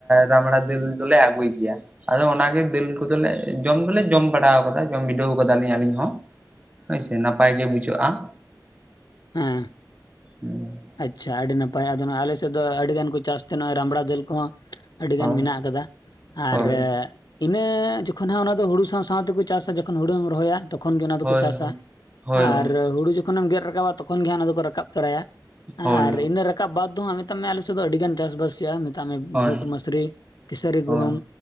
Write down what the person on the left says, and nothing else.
ᱦᱮᱸ
ᱟᱪᱪᱷᱟ ᱟᱹᱰᱤ ᱱᱟᱯᱟᱭ ᱾ ᱟᱫᱚ ᱟᱞᱮ ᱥᱮᱫ ᱫᱚ ᱟᱹᱰᱤ ᱜᱟᱱᱠᱚ ᱪᱟᱥ ᱛᱟᱦᱮ ᱱᱚᱜ-ᱚᱭ ᱨᱟᱢᱲᱟ ᱫᱟᱹᱞ ᱠᱚᱦᱚᱸ ᱾ ᱟᱹᱰᱤ
ᱜᱟᱱ ᱢᱮᱱᱟᱜ ᱟᱠᱟᱫᱟ ᱟᱨ
ᱤᱱᱟᱹ ᱡᱚᱠᱷᱚᱱ ᱦᱟᱸᱜ ᱚᱱᱟ ᱫᱚ ᱦᱩᱲᱩ ᱥᱟᱶ-ᱥᱟᱶᱛᱮ ᱠᱚ ᱪᱟᱥ-ᱟ ᱡᱚᱠᱷᱚᱱ ᱦᱩᱲᱩᱢ ᱨᱚᱦᱚᱭᱟ ᱛᱚᱠᱷ ᱠᱷᱚᱱ ᱜᱮ ᱚᱱᱟ
ᱫᱚᱠᱚ ᱪᱟᱥ-ᱟ
᱾ᱟᱨ
ᱦᱩᱲᱩ ᱡᱚᱠᱷᱚᱱᱮᱢ ᱜᱮᱫ ᱨᱟᱠᱟᱵᱟ ᱛᱚᱠᱷᱚᱱ ᱜᱮ ᱦᱟᱸᱜ ᱚᱱᱟ ᱫᱚᱠᱚ ᱨᱟᱠᱟᱵ ᱛᱚᱨᱟᱭᱟ ᱾
ᱟᱨ ᱤᱱᱟᱹ ᱨᱟᱠᱟᱵ ᱵᱟᱫ ᱫᱚ ᱦᱟᱸᱜ ᱢᱮᱛᱟᱜ ᱢᱮᱭᱟ ᱟᱞᱮ ᱥᱮᱫ ᱫᱚ ᱟᱹᱰᱤ ᱜᱟᱱ ᱪᱟᱥᱵᱟᱥ ᱦᱩᱭᱩᱜᱼᱟ ᱾ ᱢᱮᱛᱟᱜ ᱢᱮ
ᱵᱷᱩᱴ ᱢᱟᱥᱨᱤ ᱠᱤᱥᱟᱹᱨᱤ
ᱜᱩᱦᱩᱢ